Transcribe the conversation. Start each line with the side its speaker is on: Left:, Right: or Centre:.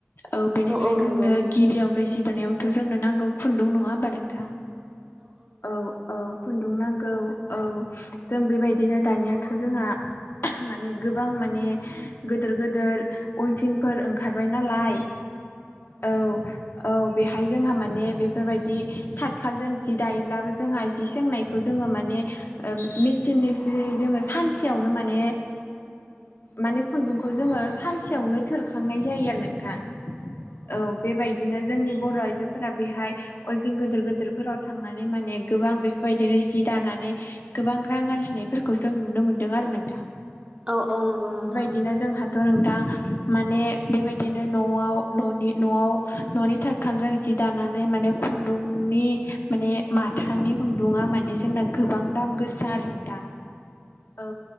Left: औ बेनिफ्राय
Right: औ नंगौ
Left: जोंनो गिबियावनो जि दानायावथ जोंनो नांगौ खुन्दुं नङा होमबा नोंथां औ औ खुन्दुं नांगौ औ जों बेबायदिनो दानियाथ जोंहा माने गोबां माने गोदोर गोदोर उइपिंफोर ओंखारबाय नालाय औ औ बे बेाहाय जोंहा माने बेफोरबायदि थाथखाल जों जि दायोब्लाबो जोंहा जि सोंनायखौ जोङो माने ओ मेचिन <unintelligible> जोङो सानसेयावनो माने माने खुन्दुंखौ जोङो सानसेयावनो थोरखांनाय जायो आरो नोंथां औ बेबायदिनो जोंनि बर' आइजोफोरा बेहाय अयफिं गोदोर गोदोरफोराव थांनानै माने गोबां बेफोरबायदिनो जि दानानै गोबां रां आरजिनायफोरखौ जों नुनो मोनदों आरो नोंथां
Right: औ औ नंगौ नोंथां
Left: बिदिनो जोंहाथ' नोंथां माने बेबायदिनो न'आव न'नि न'आव न'नि थाथसालजों जि दानानै माने खुन्दुंनि माने माथानि खुन्दुङा माने जोंना गोबां दाम गोसा आरो ना औ